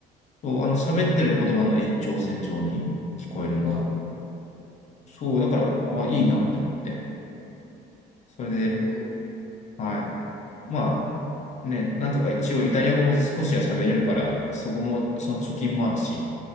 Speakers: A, on the left; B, on the right.
A: そう、あの喋ってる言葉の延長線上に聞こえるのが
B: は
A: そう、
B: い。へ
A: だから、ああ、
B: え。
A: いいなって思って。それで、
B: なるほど。
A: はい。まあ、ね、なんとか一応イタリア語も少しは喋れるから、そこも、その貯金もあるし、